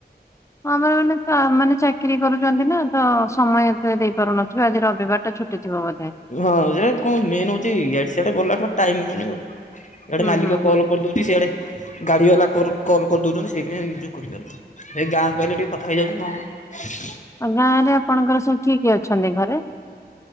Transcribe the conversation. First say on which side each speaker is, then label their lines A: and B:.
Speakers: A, on the left; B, on the left.
A: ଆମର ମାନେ ମାନେ ଚାକିରୀ କରୁଛନ୍ତି ନା ତ ସମୟ ଏତେ ଦେଇପାରୁନ ଆଜି ରବିବାର ଟା ଛୁଟି ଥିବ ବୋଧେ।
B: ହଁ ସେ କଣ ମେନ୍ ହୋଉଚି ଆଡେ ସିଆଡେ ଗଲା ଟାଇମ ହୋଉନି। ଇଆଡେ
A: ହୁଁ
B: ମାଲିକ
A: ହୁଁ ହୁଁ।
B: କଲ କରିଦୋଉଚି ସିଆଡେ ଗାଡି ବାଲା କଲ କରିଦୋଉଚନ୍ତି ସେଇଥି ୟଜ କରିପାରୁ ଏଇ ଗାଁ ଆଇଲେ ଟିକେ କଥା ହେଇଯାଉଚି ନହେଲେ ନାଇ।
A: ଆ ଗାଁ ରେ ଆପଣଙ୍କର ସବୁ କିଏ କିଏ ଅଛନ୍ତି ଘରେ?